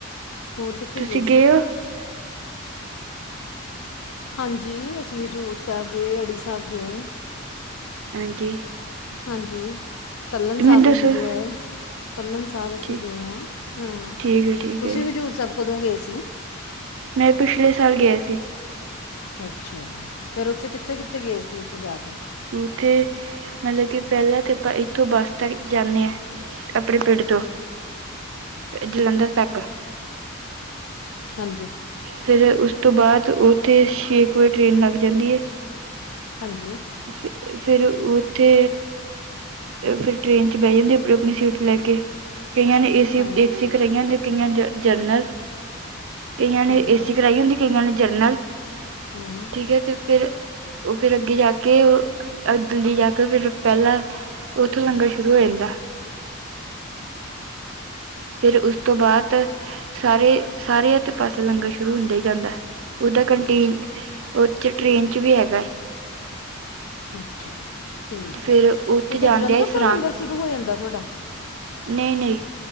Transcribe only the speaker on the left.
ਹੋਰ ਕਿੱਥੇ
ਗਏ ਸੀ।
ਹਾਂਜੀ ਅਸੀਂ ਹਜ਼ੂਰ ਸਾਹਿਬ ਗਏ। ਅੜੀ ਸਾਹਿਬ ਗਏ।
ਹਾਂਜੀ, ਤੱਲਣ ਸਾਹਿਬ
ਵੀ ਗਏ। ਤੱਲਣ ਸਾਹਿਬ ਅਸੀਂ
ਗਏ ਹਾਂ ਹੂੰ
ਤੁਸੀਂ
ਹਜ਼ੂਰ ਸਾਹਿਬ ਕਦੋਂ ਗਏ ਸੀ।
ਅੱਛਾ ਫੇਰ ਓਥੇ ਕਿੱਥੇ ਕਿੱਥੇ ਗਏ ਸੀ ਓਥੇ ਜਾ ਕੇ?
ਹਾਂਜੀ।
ਹਾਂਜੀ।
ਹਾਂਜੀ
ਹਾਂ ਹਾਂ
ਹਮ।
ਅੱਛਾ ਠੀਕ
ਏ
ਓਥੋਂ
ਜਲੰਧਰ
ਤੋਂ ਹੀ ਲੰਗਰ ਸ਼ੁਰੂ ਹੋ ਜਾਂਦਾ ਤੁਹਾਡਾ।